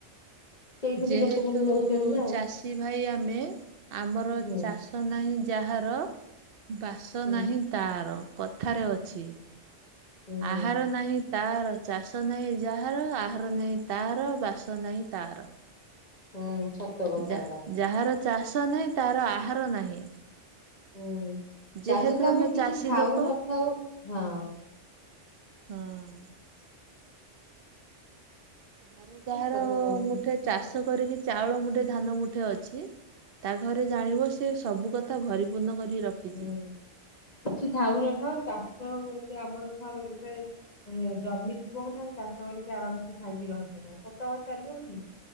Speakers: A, on the left (about 35°); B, on the right (about 55°).
A: ସେଇଠୁ ବି
B: ଯେହେତୁ
A: ଲୋକମାନେ ନଉଛନ୍ତି ନା।
B: ଚାଷୀ ଭାଇ ଆମେ। ଆମର
A: ହୁଁ
B: ଚାଷ ନାହିଁ ଯାହାର ବାସ
A: ହୁଁ
B: ନାହିଁ ତାର କଥାରେ ଅଛି।
A: ହୁଁ ହୁଁ
B: ଆହାର ନାହିଁ ତା ଚାଷ ନାହିଁ ଯାହାର ଆହାର ନାହିଁ ତାହାର ବାସ ନାହିଁ ତାର।
A: ହୁଁ। ସତ କଥା
B: ଯା
A: ଏଟା
B: ଯାହାର ଚାଷ ନାହିଁ, ତାହାର ଆହାର ନାହିଁ।
A: ହୁଁ
B: ଯେହେତୁ
A: ଚାଷ ଥିଲେ ଆମେ କିଛି
B: ଚାଷୀ
A: ଥାଉ
B: ଲୋକ
A: ନଥାଉ ହଁ।
B: ହଁ। ଘରେ
A: ଠିକ
B: ଯାହାର
A: କଥା କହିଲୁ
B: ମୁଠେ ଚାଷ କରିକି, ଚାଉଳ ମୁଠେ ଧାନ ମୁଠେ ଅ ଛି, ତା ଘରେ ଜାଣିବ ସେ ସବୁ କଥା ଭରିପୂର୍ଣ୍ଣ କରି ରଖିଛି।
A: ହୁଁ କିଛି ଥାଉ ନଥାଉ ଚାଷ ହ ଏ ଆମର ରେ ଗୋଟେ ଜମି ଥିବ ମାନେ, ଆମେ ଚାଷ କରିକି ଆରାମସେ ଖାଇକ ରହି ପାରିବା ସତ କଥା ନୁହଁ କି।